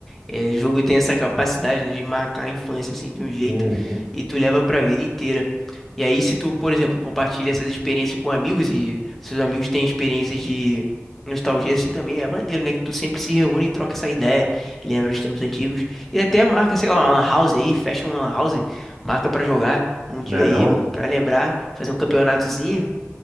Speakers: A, in the centre; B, on the right.
A: É, o jogo tem essa capacidade, né, de marcar a infância assim de um jeito
B: Uhum.
A: e tu leva pra vida inteira. E aí, se tu, por exemplo, compartilha essas experiências com amigos e seus amigos têm experiências de nostalgia assim também, é maneiro, né? Que tu sempre se reúne e troca essa ideia e lembra os tempos antigos. E até marca, sei lá, uma lan house aí, fecha uma lan house, marca pra jogar um dia
B: Não é não?
A: aí, pra lembrar, fazer um campeonatozinho.